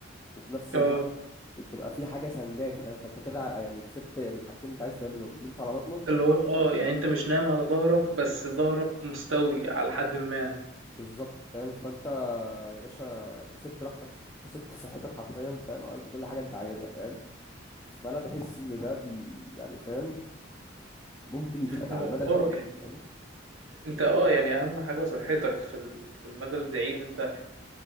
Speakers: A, on the left; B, on the right.
A: وفي نفس الوقت
B: اه
A: تبقى في حاجه سنداك فاهم فانت كده يعني كسبت الحاجتين اللي انت عايز تعملهم نمت على بطنك
B: اللي هو اه يعني انت مش نايم على ظهرك بس ظهرك مستوي على حد ما
A: بالظبط فاهم فانت يا باشا كسبت راحتك كسبت صحتك حرفيا فاهم عملت كل حاجه انت عايزها فاهم فانا بحس ان ده بي يعني فاهم ممكن يفيدك
B: ما
A: على
B: هو
A: المدى البعيد
B: اه يعني
A: فاهم
B: انت اه يعني اهم حاجة صحتك في ال- في المدى البعيد انت